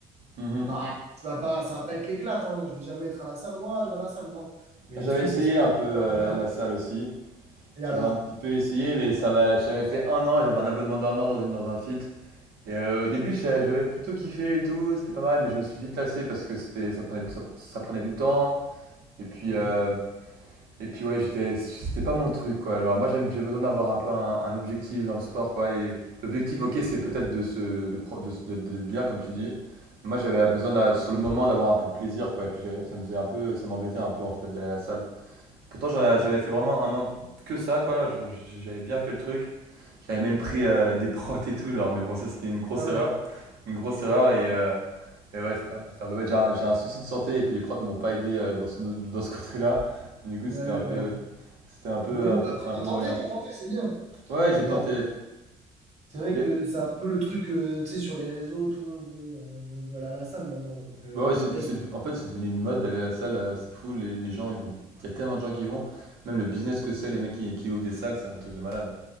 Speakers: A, on the right (about 75°); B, on the right (about 45°).
A: Mhm.
B: C'est pas, tu vas pas, ça va pas être l'éclate, hein. Je vais jamais être à la salle. Ouais, je vais à la salle, non. Mais
A: Ah, J'avais
B: le truc,
A: essayé
B: c'est que c'est
A: un peu euh,
B: pas l'éclate.
A: la, la salle aussi.
B: Et
A: J'avais
B: alors?
A: un petit peu essayé, mais ça va. J'avais fait un an, j'avais un abonnement d'un an dans, une, dans un fit. Et euh, au début, j'a- j'avais plutôt kiffé et tout, c'était pas mal, mais je me suis vite lassé parce que c'était, ça prenait, du- ça, ça prenait du temps. Et puis,
B: Mhm.
A: euh, et puis ouais, j'étais, c'était pas mon truc, quoi. Alors moi, j'aime, j'ai besoin d'avoir un peu un, un objectif dans le sport, quoi. Et l'objectif, ok, c'est peut-être de se, de, pro- de, de- d'être bien, comme tu dis. Mais moi, j'avais besoin, d'a- sur le moment, d'avoir un peu de plaisir, quoi. Et puis, j'avais- ça me faisait un peu, ça m'embêtait un peu, en fait, d'aller à la salle. Pourtant, j'avais
B: Mhm.
A: fait vraiment un an que ça, quoi. J'avais bien fait le truc. J'avais même pris euh, des prods et tout, genre. Mais bon, ça, c'était une grosse
B: Ah ouais.
A: erreur. Une grosse erreur.
B: Mmh.
A: Et, euh, et ouais, c'était un peu bête. J'ai un, souci de santé et puis les prods ne m'ont pas aidé euh, dans ce, dans ce côté-là. Du coup,
B: Ouais,
A: c'était
B: ouais,
A: un peu,
B: ouais.
A: c'était un peu,
B: Oui,
A: un
B: bah
A: peu,
B: après,
A: un
B: t'as
A: peu
B: tenté,
A: moyen.
B: t'as tenté, c'est bien.
A: Ouais, j'ai
B: Mais
A: tenté.
B: après, c'est vrai
A: Mais
B: que c'est un peu le truc, euh, tu sais, sur les réseaux, tout le monde veut, euh, veut aller à la salle maintenant. Donc, euh,
A: bah
B: t'as
A: ouais,
B: envie
A: c'est,
B: de tester.
A: c'est en fait, c'est devenu une mode d'aller à la salle. euh, C'est fou. Les, les gens, ils vont. Il y a tellement de gens qui y vont. Même le business que c'est, les mecs qui, qui ouvrent des salles, c'est un truc de malade.